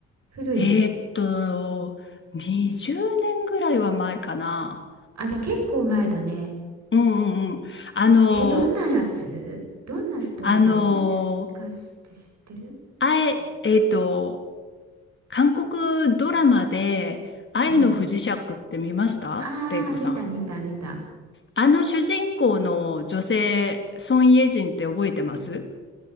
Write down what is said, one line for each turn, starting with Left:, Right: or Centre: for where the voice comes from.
Right: 古い。
Left: えーっと、20年ぐらいは前かな。
Right: あ、じゃあ結構前だね。
Left: うんうんうん。あの、
Right: えーどんなやつどんなストーリーもしかして知ってる知らないか。
Left: あの、あえ、えーっと、韓国ドラマで愛の不時着って見ましたレイコさん。
Right: うん。ああ、見た見た見た。
Left: あの主人公の女性、ソン・イェジンって覚えてます